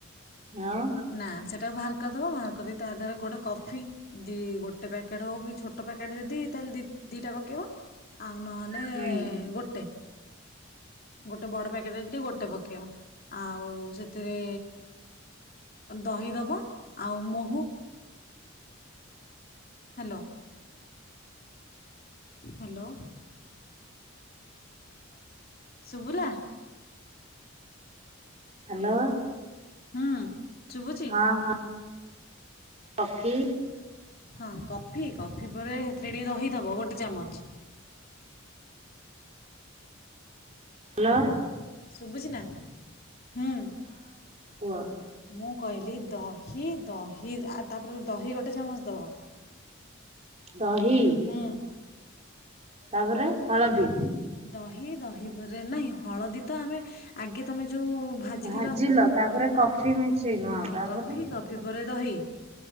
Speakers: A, on the right (about 30°); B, on the left (about 45°).
A: ଆଉ
B: ନା ସେଟା ବାହାର। ମହାରକ ତା ଦାରରେ ଗୋଟେ କଫି ଦି ଗୋଟେ ପ୍ୟାକେଟ ହଉ କି ଛୋଟ ପ୍ୟାକେଟ ଯଦି ତାହେଲେ ଦିଟା ପକେଇବ। ଆଉ ନହେଲେ
A: ହୁଁ।
B: ଗୋଟେ। ଗୋଟେ ବଡ ପ୍ୟାକେଟରେ ଟିକ ଗୋଟେ ପକେଇୟ ଆଉ ସେଥିରେ। ଦହି ଦେବା ଆଉ ମହୁ। Hello hello. ଶୁଭିଲା।
A: ହ୍ୟାଲୋ।
B: ହଁ ଶୁଭୁଛି।
A: ହଁ ହଁ କଫି।
B: ହଁ କଫି କଫି ପରେ ସେଥିରେ ଟିକେ ଦହି ଦବ ଗୋଟେ ଚାମଚ।
A: ହ୍ୟାଲୋ।
B: ସୁବୁଛି ନା ହୁଁ।
A: ଓ
B: ମୁଁ କହିଲି ଦହି ଦହି ଆ ତାପରେ ଦହି ଗୋଟେ ଚାମଚ ଦବ।
A: ଦହି।
B: ହୁଁ
A: ତାପରେ ହଳଦୀ।
B: ଦହି ଦହି ପରେ ନାଇଁ ହଳଦୀ ତ ଆମେ ଆଗେ ତମେ। ଯୋଉ ଭାଜିଥିଲ
A: ଭାଜିଲ ତାପରେ
B: ହଁ
A: କଫି ମିଶେଇବ
B: ହଁ
A: ତାପରେ
B: କଫି କଫି ପରେ ଦହି